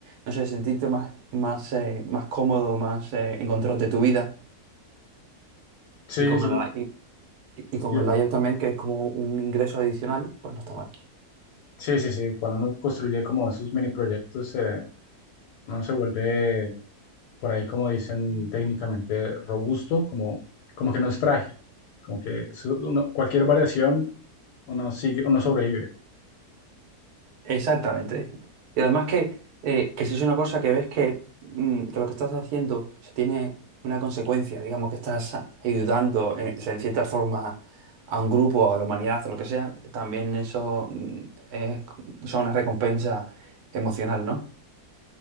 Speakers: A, on the right; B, on the left.
A: no sé, sentirte más, más, eh, más cómodo, más eh, en control de tu vida.
B: Sí,
A: Y con
B: sí,
A: el, y, y
B: sí,
A: con el layer también, que es como un ingreso adicional, pues no está mal.
B: sí, sí, sí. Cuando uno construye como esos mini proyectos, eh, uno se vuelve, por ahí como dicen técnicamente, robusto, como, como que no es frágil, como que su- uno- cualquier variación uno sigue, uno sobrevive.
A: Exactamente. Y además que, eh, que si es una cosa que ves que, mm, que lo que estás haciendo se tiene una consecuencia, digamos que estás a- ayudando en, en cierta forma a un grupo, a la humanidad, o lo que sea, también eso mm, es, son una recompensa emocional, ¿no?